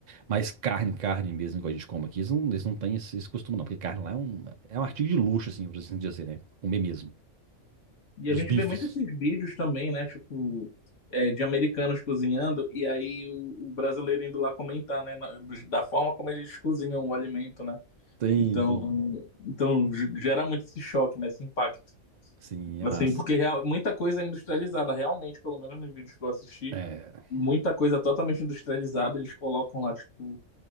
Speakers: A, on the right (about 80°); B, on the left (about 60°).
A: Mas carne, carne mesmo, que a gente come aqui, eles não, eles não têm esse, esse costume, não. Porque carne lá é um, é um artigo de luxo, assim, por assim dizer, né? Comer mesmo.
B: E
A: Dos
B: a gente
A: bifes.
B: vê muito esses vídeos também, né? Tipo, é, de americanos cozinhando, e aí o, o brasileiro indo lá comentar, né? na- dos- da forma como eles cozinham o alimento, né?
A: Tem,
B: Então,
A: sim.
B: então g- gera muito esse choque, né? Esse impacto.
A: Sim,
B: Assim,
A: é massa.
B: porque real- muita coisa é industrializada, realmente, pelo menos nos vídeos que eu assisti,
A: É,
B: muita coisa totalmente industrializada, eles colocam lá, tipo,